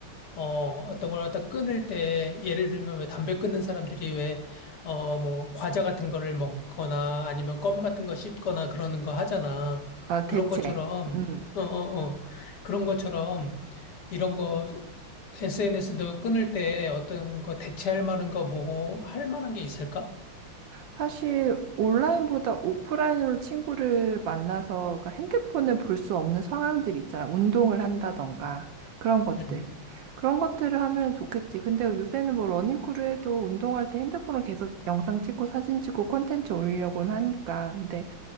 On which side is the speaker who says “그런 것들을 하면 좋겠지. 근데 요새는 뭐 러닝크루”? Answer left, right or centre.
Right